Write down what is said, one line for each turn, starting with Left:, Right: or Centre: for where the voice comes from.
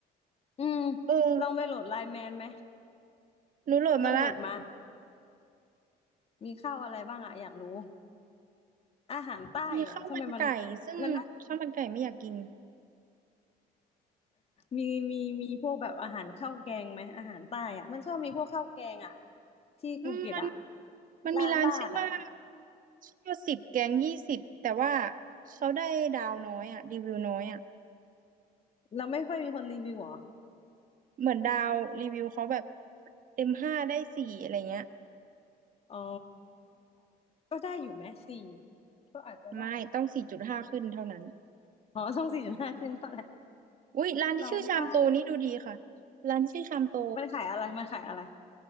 Left: อืม
Right: เออ
Left: ลองไปโหลดไลน์แมนไหม
Right: หนูโหลดมาละ
Left: ลองโหลดมามีข้าวอะไรบ้างอะอยากรู้อาหารใต้เหรอทำไมมัน
Right: มีข้าวมันไก่ซึ่งข้าวมันไก่ไม่อยากกิน
Left: มันน่าจะมีมีมีพวกแบบอาหารข้าวแกงไหมอาหารใต้อะมันชอบมีพวกข้าวแกงอะที่ภูเก็ตอะ
Right: อืมมันมันมีร้านชื่อว่า
Left: ลาดลาดอะ
Right: ข้าวสิบแกงยี่สิบแต่ว่าเขาได้ดาวน้อยอะรีวิวน้อยอะ
Left: เราไม่ค่อยมีคนรีวิวเหรอ
Right: เหมือนดาวรีวิวเขาแบบเต็มห้าได้สี่อะไรเงี้ย
Left: อ๋อ ก็ได้อยู่ไหมสี่ ก็อาจจะได้
Right: ไม่ต้องสี่จุดห้าขึ้นเท่านั้น
Left: อ๋อช่องสี่จุดห้าขึ้นเท่านั้น
Right: อุ๊ยร้านที่ชื่อชามโตนี่ดูดีค่ะ
Left: ร้องไห้
Right: ร้านที่ชื่อชามโต
Left: มันขายอะไรมันขายอะไร